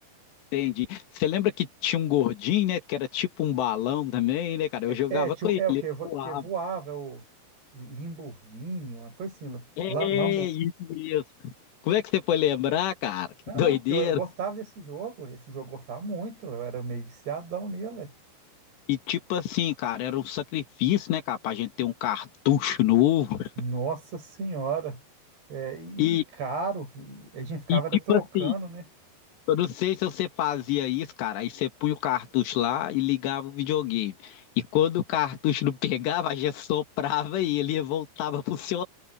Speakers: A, on the left (about 80°); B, on the right (about 70°).
A: entendi. Você lembra que tinha um gordinho, né? Que era tipo um balão também, né, cara? Eu jogava
B: É, tinha,
A: com
B: um-
A: ele,
B: é o
A: ele
B: que, vo-
A: voava.
B: que voava, é o Lamborghini, uma coisa assim,
A: É,
B: la- Lambo.
A: isso mesmo. Como é que você foi lembrar, cara? Que
B: Não,
A: doideira.
B: não, porque eu, eu gostava desse jogo, esse jogo eu gostava muito, eu era meio viciadão nele.
A: E tipo assim, cara, era um sacrifício, né, cara, pra gente ter um cartucho novo.
B: Nossa senhora. É, e,
A: E,
B: e caro. E a gente ficava
A: e tipo
B: era trocando,
A: assim,
B: né?
A: eu não sei se você fazia isso, cara. Aí você punha o cartucho lá e ligava o videogame. E quando o cartucho não pegava, a gente soprava e ele voltava a funcionar.